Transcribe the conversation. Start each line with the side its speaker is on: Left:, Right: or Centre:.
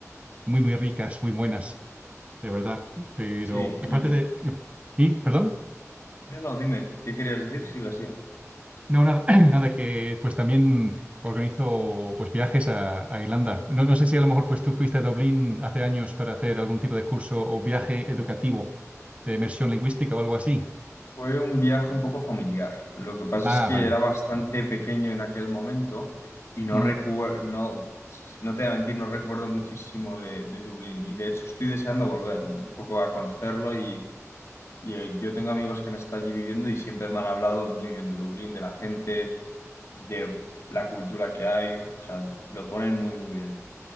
Right: muy, muy ricas, muy buenas, de verdad. Pero
Left: Sí, y
Right: aparte de, ¿y? ¿Perdón?
Left: no, no, dime, ¿qué querías decir? Sigo así.
Right: No, nada, <clears throat> nada que, pues también organizo pues viajes a, a Irlanda. No, no sé si a lo mejor pues tú fuiste a Dublín hace años para hacer algún tipo de curso o viaje educativo de inmersión lingüística o algo así.
Left: Fue un viaje un poco familiar. Lo que pasa
Right: Ah,
Left: es que
Right: vale.
Left: era bastante pequeño en aquel momento y no
Right: Ujú.
Left: recuerdo, no, no te voy a mentir, no recuerdo muchísimo de, de Dublín. Y de hecho estoy deseando volver un poco a conocerlo y, y, eh, yo tengo amigos que han estado allí viviendo y siempre me han hablado muy bien de Dublín, de la gente, de la cultura que hay. O sea, lo ponen muy, muy bien.